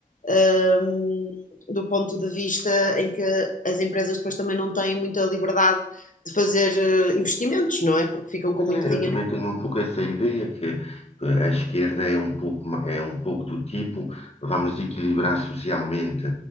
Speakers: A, on the left; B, on the left.
A: ah, do ponto de vista em que as empresas depois também não têm muita liberdade de fazer eh, investimentos, não é? Porque ficam com muito
B: É,
A: dinheiro.
B: eu também tenho um pouco essa ideia que eh, a esquerda é um pouco, ma- é um pouco do tipo, vamos equilibrar socialmente